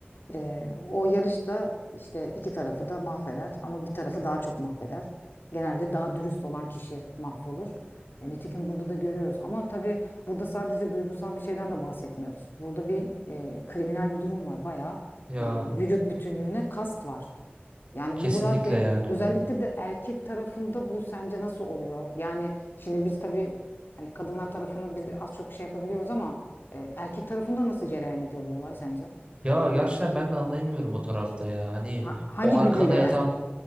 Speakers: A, on the left (about 60°); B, on the right (about 30°).
A: E, o yarışta işte iki tarafı da mahveder ama bir tarafı daha çok mahveder. Genelde daha dürüst olan kişi mahvolur. E, nitekim burada da görüyoruz. Ama tabii burada sadece duygusal bir şeyden de bahsetmiyoruz. Burada bir e, kriminal bir durum var. Bayağı
B: Ya
A: e, vücut bütünlüğüne kast var. Yani
B: kesinlikle
A: bu radde
B: yani.
A: özellikle de erkek tarafında bu sence nasıl oluyor? Yani şimdi biz tabii hani kadınlar tarafını biz az çok şey yapabiliyoruz ama e, erkek tarafında nasıl cereyan ediyor bu olay sence?
B: Ya gerçekten ben de anlayamıyorum o tarafta ya. Hani
A: Ha- hangi
B: o arkada
A: güdüyle yani?
B: yatan